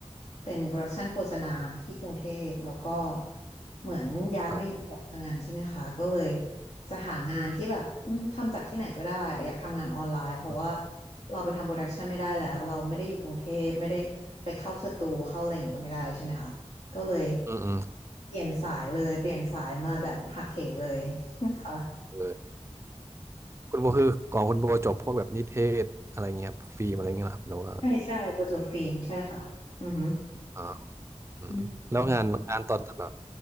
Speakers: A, on the left (about 70°); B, on the right (about 25°).
A: เป็นโปรดักชันโฆษณาที่กรุงเทพแล้วก็เหมือนย้ายมาอยู่เกาะพะงันใช่ไหมคะก็เลย
B: ครับ
A: จะหางานที่แบบอืมทำจากที่ไหนก็ได้อยากทำงานออนไลน์เพราะว่า
B: อื
A: เราไปทำโปรดักชันไม่ได้แล้วเราไม่ได้อยู่กรุงเทพไม่ได้ไปเข้าสตูเข้าอะไรอย่างงี้ก็ไม่ได้ใช่ไหมคะก็เลย
B: มอืม
A: เปลี่ยนสายเลยเปลี่ยนสายมาแบบหักเหเลย <laughs> ค่ะ
B: เออคุณโบคือก่อนคุณโบจบพวกแบบนิเทศอะไรเงี้ยครัฟิล์มอะไรเงี้ยเหรอครับหรือว่า
A: ใช่ใช่โปรเจกต์ฟิล์มใช่ค่ะอือหือ
B: อ่าอืมแล้วงานงานตอนแบบ
A: อืม